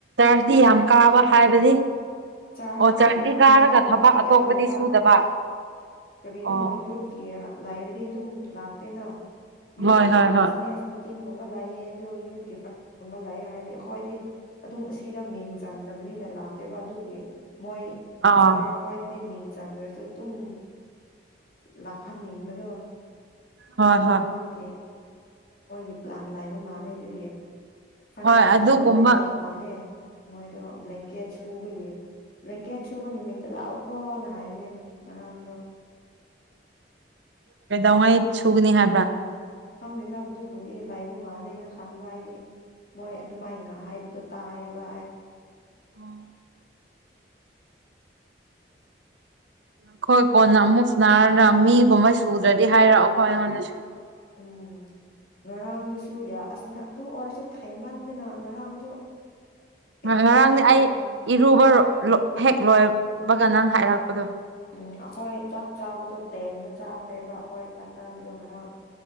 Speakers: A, on the right; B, on the left.
A: ꯔꯗꯤ ꯌꯥꯝ ꯀꯥꯕ ꯍꯥꯏꯕꯗꯤ
B: ꯆꯥꯔꯖꯇ
A: ꯑꯣ ꯆꯔꯗꯤ
B: ꯀꯥꯕ
A: ꯀꯥꯔꯒ
B: ꯃꯇꯝꯗꯗꯤ
A: ꯊꯕꯛ
B: ꯃꯤ
A: ꯑꯇꯣꯞꯄꯗꯤ
B: ꯌꯥꯝꯃꯦꯕ
A: ꯁꯨꯗꯕ
B: ꯀꯔꯤꯅꯣ
A: ꯑꯣ
B: ꯌꯣꯠꯦ ꯂꯥꯏꯔꯗꯤ ꯑꯗꯨꯝ ꯂꯥꯛꯇꯦꯅ ꯌ
A: ꯍꯣꯏ ꯍꯣꯏ
B: ꯕꯤꯅꯦꯁ
A: ꯍꯣꯏ
B: ꯃꯤꯇꯤꯡ ꯂꯑ ꯑ ꯌꯨꯠ ꯂꯑꯦ ꯍꯥꯏꯔꯗꯤ ꯑꯩꯈꯣꯏꯗꯤ ꯑꯗꯨꯝ ꯑꯁꯤꯗ ꯃꯤꯡ ꯆꯟꯗꯕꯅꯤꯅ ꯂꯥꯛꯇꯦꯕ ꯑꯗꯨꯒꯤ ꯃꯣꯏ
A: ꯑꯥ
B: ꯑꯁꯇꯔ ꯈꯣꯏꯗꯗꯤ ꯃꯤꯡ ꯆꯟꯗ꯭ꯔꯁꯨ ꯑꯗꯨꯝ ꯂꯥꯛꯍꯟꯅꯤꯡꯕꯗꯣ
A: ꯍꯣꯏ ꯍꯣꯏ
B: ꯑꯗꯨꯒꯤ ꯃꯣꯏꯒꯤ ꯄ꯭ꯂꯥꯟ ꯂꯥꯏꯕ ꯃꯥꯜꯂꯦ ꯑꯗꯨꯒꯤ ꯐꯟ
A: ꯍꯣꯏ
B: ꯔꯥꯏꯁꯀꯨꯝꯕ
A: ꯑꯗꯨꯒꯨꯝꯕ
B: ꯂꯩꯕ ꯃꯥꯜꯂꯦ ꯃꯣꯏꯗꯣ ꯕ꯭ꯂꯦꯡꯀꯦꯠ ꯁꯨꯕꯒꯤ ꯂꯦꯡꯀꯦꯠ ꯁꯨꯕ ꯅꯨꯃꯤꯠꯇ ꯂꯥꯛꯑꯣꯀꯣꯅ ꯍꯥꯏꯕꯅꯦ ꯉꯔꯥꯡꯗꯣ
A: ꯎ ꯀꯩꯗꯧꯉꯩ ꯁꯨꯒꯅꯤ ꯍꯥꯏꯕ꯭ꯔꯥ
B: ꯈꯪꯗꯦ ꯇꯕꯗꯨꯕꯨꯗꯤ ꯂꯥꯏꯕ ꯃꯥꯜꯂꯦꯅ ꯈꯟꯕ ꯍꯥꯏꯗꯤ ꯃꯣꯏ ꯑꯗꯨꯃꯥꯏꯅ ꯍꯥꯏꯕꯗꯣ ꯇꯥꯏꯌꯦꯕ
A: ꯑꯣ ꯑꯩꯈꯣꯏ ꯀꯣꯟꯅ ꯑꯃꯨꯛ ꯁ ꯅꯥꯔꯒ ꯃꯤꯒꯨꯝꯕ ꯁꯨꯗ꯭ꯔꯗꯤ ꯍꯥꯏꯔꯛꯑꯣꯈꯣ ꯑꯩꯉꯣꯟꯗꯁꯨ <unintelligible>
B: ꯎꯝ ꯉꯔꯥꯡꯗꯨꯁꯨ ꯌꯥ ꯑꯁ ꯑꯗꯨ ꯑꯣꯏꯔꯁꯨ ꯊꯦꯡꯃꯟꯗꯅ ꯉꯔꯥꯡꯁꯨ ꯑꯩꯠ
A: ꯉꯔꯥꯡꯗꯤ
B: ꯊꯥꯔꯇꯤ
A: ꯑꯩ
B: ꯅꯥꯏꯟ
A: ꯏꯔꯨꯕ ꯍꯦꯛ ꯂꯣꯏꯕꯒ ꯅꯪ ꯍꯥꯏꯔꯛꯄꯗꯣ
B: ꯎꯝ ꯑꯩꯈꯣꯏ ꯆꯥꯛ ꯆꯥꯕꯗꯣ ꯇꯦꯟꯗ ꯆꯥꯈ꯭ꯔꯦꯕ ꯑꯩꯈꯣꯏ ꯆꯥꯛ ꯆꯥꯕꯗꯣ ꯉꯔꯥꯡ